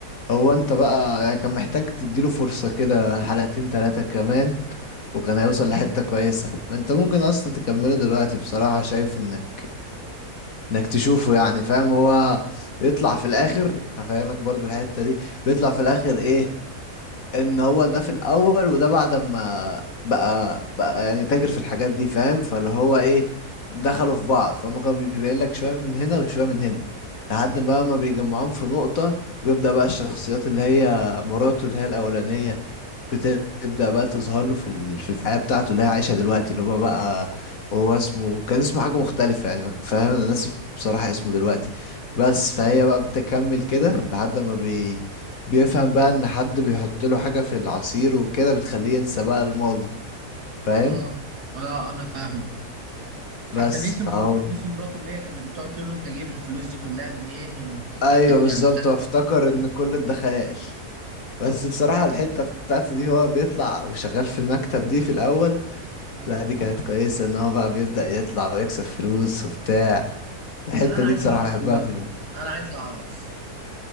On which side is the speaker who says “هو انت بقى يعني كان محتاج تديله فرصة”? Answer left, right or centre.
Left